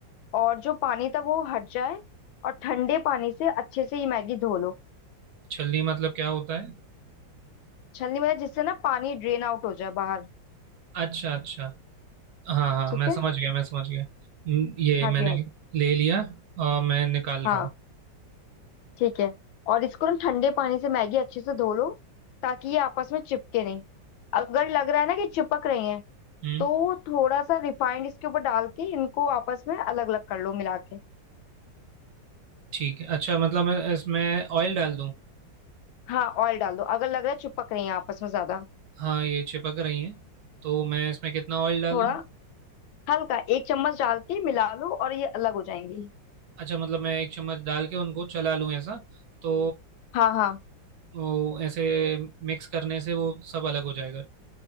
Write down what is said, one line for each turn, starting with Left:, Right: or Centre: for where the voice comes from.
Left: और जो पानी था वो हट जाए और ठंडे पानी से अच्छे से ये मैगी धो लो
Right: छलनी मतलब क्या होता है
Left: छलनी में जिससे ना पानी ड्रेन आउट हो जाए बाहर
Right: अच्छा अच्छा हाँ हाँ
Left: ठीक
Right: मैं
Left: है
Right: समझ गया मैं समझ गया हम्म, ये
Left: हाँ
Right: मैंने
Left: जी हाँ जी
Right: ले लिया और मैं निकाल
Left: हाँ
Right: रहा हूँ
Left: ठीक है और इसको ना ठंडे पानी से मैगी अच्छे से धो लो ताकि ये आपस में चिपके नहीं अगर लग रहा है ना कि चिपक रही है
Right: हम्म
Left: तो थोड़ा सा रिफाइंड इसके ऊपर डाल के इनको आपस में अलग अलग कर लो मिला के
Right: ठीक है अच्छा मतलब मैं इसमें ऑयल डाल दूँ
Left: हाँ ऑयल डाल दो अगर लग रहा है चिपक रही है आपस में ज्यादा
Right: हाँ ये चिपक रही हैं तो मैं इसमें कितना ऑयल डाल
Left: थोड़ा
Right: दूँ
Left: हल्का एक चम्मच डाल के मिला लो और ये अलग हो जाएंगी
Right: अच्छा मतलब मैं एक चम्मच डाल के उनको चला लूँ ऐसा तो
Left: हाँ हाँ
Right: वो ऐसे मिक्स करने से वो सब अलग हो जाएगा